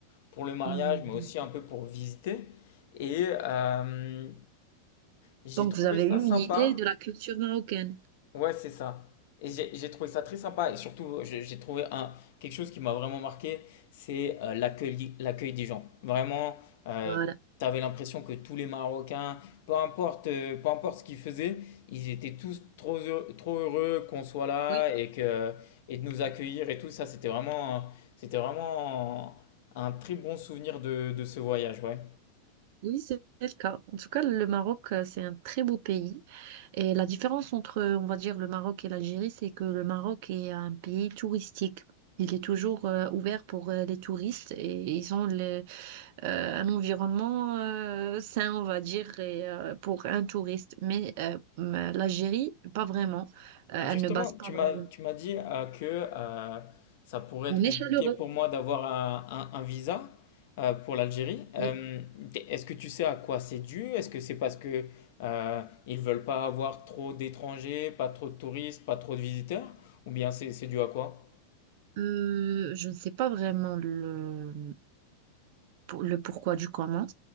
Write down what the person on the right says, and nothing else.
Hmm,
donc
donc,
vous avez
eu
une idée de la culture marocaine.
Voilà.
Oui,
oui, c'est le cas. En tout cas, le Maroc, euh, c'est un très beau pays. Et la différence entre, on va dire, le Maroc et l'Algérie, c'est que le Maroc est un pays touristique. Il est toujours euh, ouvert pour euh, les touristes et ils ont le- euh, un environnement euh, sain, on va dire, et, euh, pour un touriste. Mais euh, l'Algérie, pas vraiment. Euh, elle
ne base pas
vraiment.
On
est chaleureux.
Oui.
Euh, je ne sais pas vraiment le, pour- le pourquoi du comment.